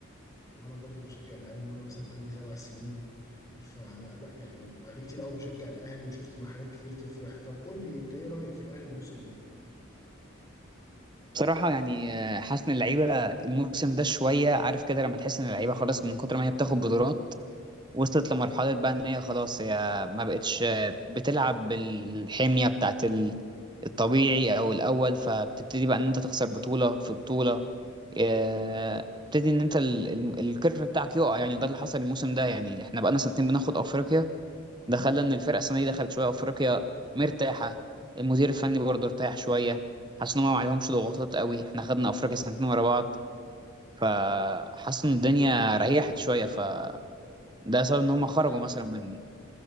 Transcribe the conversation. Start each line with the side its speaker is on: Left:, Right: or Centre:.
Left: وانا برضو بشجع الاهلي من وانا مثلا عندي سبع سنين فلا يعني بقالي كتير قوي بشجع الاهلي وشفت مع حاجات كتير تفرح طب قول لي انت ايه رايك في الاهلي الموسم ده
Right: بصراحه يعني آه، حاسس ان اللعيبه الموسم ده شويه عارف كده لما تحس ان اللعيبه خلاص من كتر ما هي بتاخد بطولات وصلت لمرحله بقى ان هي خلاص هي ما بقتش آه، بتلعب بالحميه بتاعت ال- الطبيعي او الاول فبتبتدي بقى ان انت تخسر بطوله في بطوله آه، ابتدي ان انت ال- ال- الكيرف بتاعك يقع يعني ده اللي حصل الموسم ده يعني احنا بقالنا سنتين بناخد افريقيا ده خلى ان الفرقه السنه دي دخلت شويه افريقيا مرتاحه المدير الفني برضه ارتاح شويه حاسس ان هم ما عليهمش ضغوطات قوي احنا خدنا افريقيا سنتين ورا بعض فحاسس ان الدنيا ريحت شويه فده سبب ان هم خرجوا
Left: ده
Right: مثلا من